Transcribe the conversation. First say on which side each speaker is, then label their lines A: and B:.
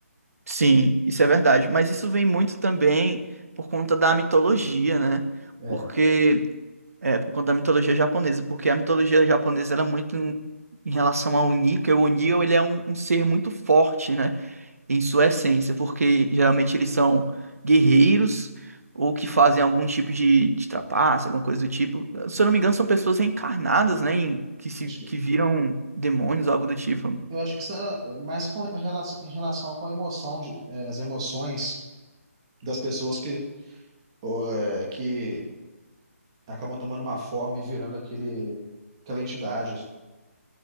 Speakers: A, on the right; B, on the right.
A: Sim, isso é verdade. Mas isso vem muito também por conta da mitologia, né?
B: É.
A: Porque é por conta da mitologia japonesa, porque a mitologia japonesa ela é muito em, em relação ao Oni, que o Oni ele é um, um ser muito forte, né? Em sua essência, porque geralmente eles são guerreiros ou que fazem algum tipo de, de trapaça, alguma coisa do tipo. Se eu não me engano, são pessoas reencarnadas, né? em- que se
B: Acho que,
A: que viram demônios, algo do tipo.
B: eu acho que isso é mais com relação, em relação com a emoção de, é, as emoções das pessoas que, ó, é, que acabam tomando uma forma e virando aquele, aquela entidade.